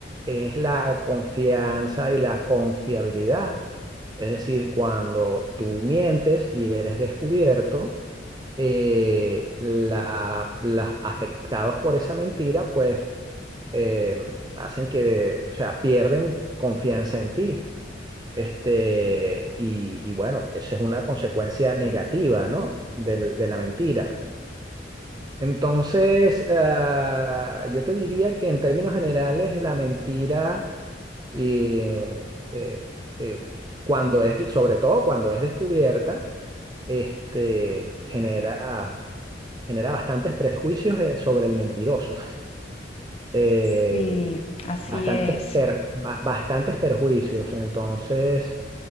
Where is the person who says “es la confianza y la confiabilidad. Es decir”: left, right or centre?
Right